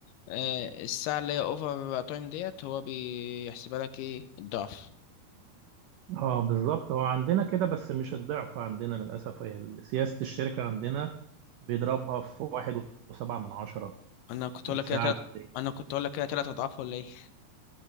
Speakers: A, on the left; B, on the right.
A: آه الساعه اللي هي اوفر تايم ديت هو بيحسبها لك ايه الضعف
B: اه بالظبط هو عندنا كده بس مش الضعف عندنا للأسف هي سياسة الشركة عندنا بيضربها في واحد وسبعة من عشرة
A: انا كنت
B: الساعة
A: اقول لك كده تلات
B: العادية.
A: انا كنت اقول لك كده تلات اضعاف ولا ايه <laughs>